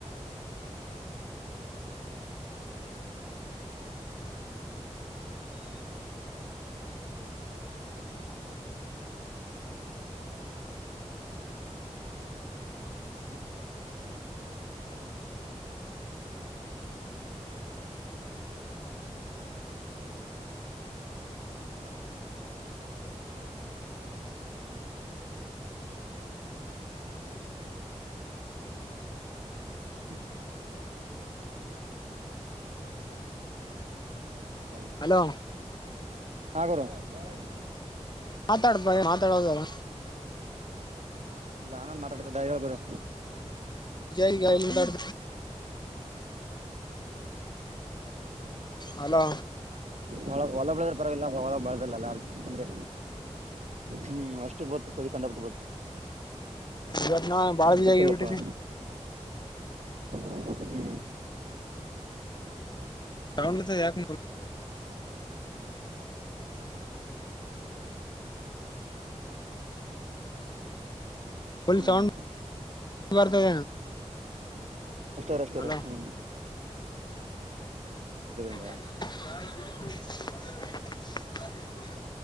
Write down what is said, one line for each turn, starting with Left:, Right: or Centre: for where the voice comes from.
Right: ಹ್ಮ್ ಹ್ಮ್ ಹ್ಮ್ ಹ್ಮ್ ಂದ ಕಡೆ ಅಲ್ಲ ಂಡಂಡ ನೀನ್ ಮಾಡ್ಿ
Left: ಹಲೋ
Right: ಹ
Left: ಮಾತಾಡ್ಬ ಮಾತಾಡೋದಲ್ಲ
Right: ಇಲ್ಲ ನಾನನ್ ಮಾತಾಡ್ತ್ದ ಹಳ್ಗುರು
Left: ಜಗ ಇಲ್ಲ ಮಾಡ್
Right: ಬೈಸ
Left: ಹಲೋ
Right: ಹೊಲ ಹೊಲ ಬಳದರ್ ಪರವಾಗಿಲ್ಲ ಹೊಲ ಬಳದಲ್ಲ ಯದ ಇಷ್ಟ ತಂದ್ರೆ ಹ್ಮ್ ಅಷ್ಟೇ ಬತ್ತು ಸದ ಕಂಡ ಬಿಿಟ್ಟು ಬತ್ತ
Left: ಇವತ್ ನಾ ಬಾಳ ಬಿಜಿ
Right: ಸತ್ತಲ್ಲಪ್ಪಾ
Left: ಆಗಿಬಿಟ್ಟಿನಿ
Right: ಲ ಹ್ಮ್
Left: ತೌ ಯಾಕ ಫುಲ್
Right: ಹ್ಮ್
Left: ಸೌಂಡ್ ಬರ್ತದೆ
Right: ಅಷ್ಟಾರ್ ಅಷ್ಟಾರ್
Left: ಹಲೋ
Right: ಹ್ಮ್ ಇದರಿಂದ
Left: <inaudible>